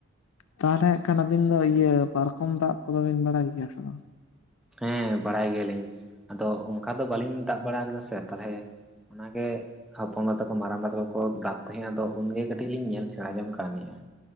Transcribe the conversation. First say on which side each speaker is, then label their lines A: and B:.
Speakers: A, on the left; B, in the centre.
A: ᱛᱟᱦᱚᱞᱮ ᱦᱟᱸᱜ ᱠᱷᱟᱱ ᱟᱹᱵᱤᱱ ᱫᱚ ᱤᱭᱟᱹ ᱯᱟᱨᱠᱚᱢ ᱫᱟᱜᱽ ᱠᱚᱫᱚ ᱵᱤᱱ ᱵᱟᱰᱟᱭ ᱜᱮᱭᱟ ᱥᱮ ᱵᱟᱝ?
B: ᱦᱮᱸ ᱵᱟᱲᱟᱭ ᱜᱮᱭᱟᱞᱤᱧ ᱟᱫᱚ ᱚᱱᱠᱟ ᱫᱚ ᱵᱟᱹᱞᱤᱧ ᱫᱟᱜᱽ ᱵᱟᱲᱟ ᱟᱠᱟᱫᱟ ᱥᱮ ᱛᱟᱦᱚᱞᱮ ᱚᱱᱟᱜᱮ ᱦᱟᱯᱟᱱ ᱵᱟ ᱛᱟᱠᱚ ᱢᱟᱨᱟᱝᱵᱟ ᱛᱟᱠᱚ ᱠᱚ ᱜᱟᱵ ᱛᱟᱦᱮᱸᱱ ᱟᱫᱚ ᱩᱱᱜᱮ ᱠᱟᱹᱴᱤᱡ ᱞᱤᱧ ᱧᱮᱞ ᱥᱮᱲᱟ ᱡᱚᱝ ᱠᱟᱱᱜᱮᱭᱟ